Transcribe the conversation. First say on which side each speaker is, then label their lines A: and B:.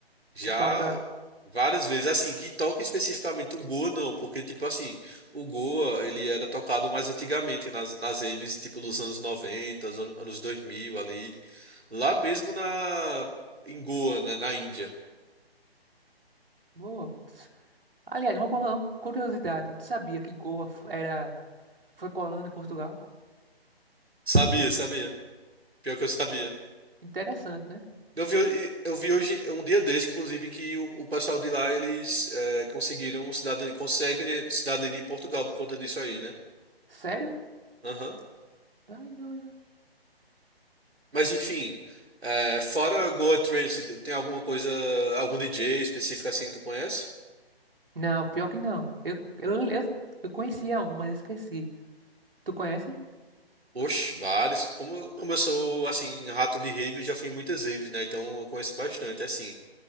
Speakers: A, on the right; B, on the right.
A: Já
B: Que toca.
A: várias vezes, assim, que toque especificamente o Goa, não, porque, tipo assim, o Goa, ele era tocado mais antigamente, nas, nas raves, tipo, dos anos 90, os an- anos 2000, ali, lá mesmo na, em Goa, né, na Índia.
B: Boa. Tss. Aliás, uma cu- uma curiosidade. Tu sabia que Goa f- era... foi colônia de Portugal?
A: Sabia, sabia, pior que eu sabia.
B: Interessante, né?
A: Eu vi, eu vi hoje, um dia desse, inclusive, que o, o pessoal de lá, eles eh, conseguiram cidadania, conseguem cidadania em Portugal por conta disso aí, né?
B: Sério?
A: aham
B: Ai, não,
A: Mas enfim, é, fora Goa Trance, tem alguma coisa, algum DJ específico assim que tu conhece?
B: Não, pior que não. Eu, eu, eu, eu conhecia um, mas esqueci. Tu conhece?
A: Oxe, vários. Como, como eu sou, assim, rato de rave, eu já fui em muitas raves, né? Então eu conheço bastante, assim.